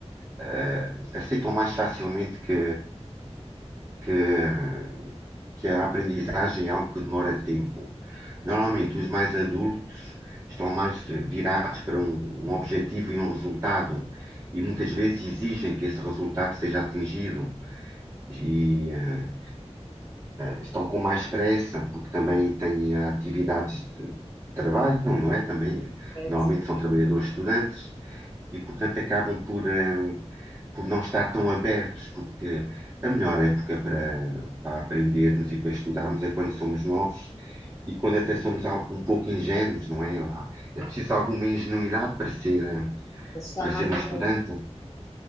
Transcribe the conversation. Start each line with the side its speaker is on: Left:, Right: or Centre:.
Right: eh, aceitam mais facilmente que, que, que a aprendizagem é algo que demora tempo. Normalmente, os mais adultos estão mais eh, virados para um, um objetivo e um resultado, e muitas vezes exigem que esse resultado seja atingido. E, eh, estão com mais pressa, porque também têm eh, atividades de trabalho, não é? Também, eh,
Left: Deve
Right: normalmente
Left: ser
Right: são trabalhadores estudantes e, portanto, acabam por, eh, por não estar tão abertos, porque a melhor época para, para aprendermos e para estudarmos é quando somos novos e quando até somos al- um pouco ingênuos, não é? Há- É preciso alguma ingenuidade para ser, eh,
Left: assustar
Right: para
Left: mais
Right: ser um
Left: agora.
Right: estudante.